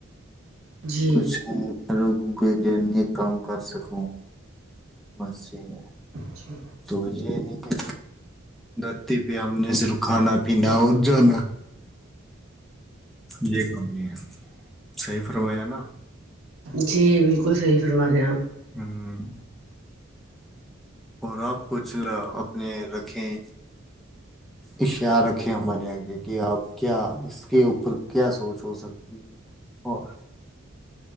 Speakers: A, on the right; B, in the centre.
A: جی
B: کچھ لوگوں کے لیے نیک کام کر سکوں بس یہ ہے
A: جی
B: تو یہ نہیں کہ دھرتی پہ ہم نے صرف کھانا پینا اور جانا یہ کام نہیں ہے صحیح فرمایا نہ
A: جی بالکل صحیح فرما رہے ہیں آپ
B: ہممم اور آپ کچھ اپنے رکھیں اشعار رکھیں ہمارے آگے کہ آپ کیا اس کے اوپر کیا سوچ ہو سکتی ہے اور